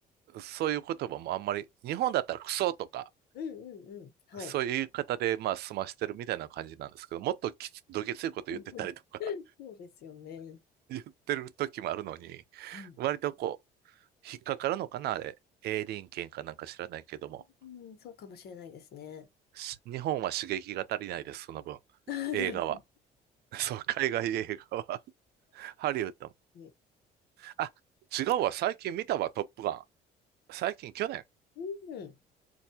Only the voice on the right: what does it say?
そういう言葉もあんまり、日本だったらクソとか、
そういう言い方でまあ済ましてるみたいな感じなんですけど、もっときつどげついこと言ってたりとか、
<laughs> 言ってる時もあるのに、
割とこう、引っかかるのかな、あれ。営林権かなんか知らないけども、
し日本は刺激が足りないです、その分。
映画は。<laughs> そう、海外映画は <laughs> ハリウッドも。
あ、違うわ。最近見たわ、トップガン。最近、去年。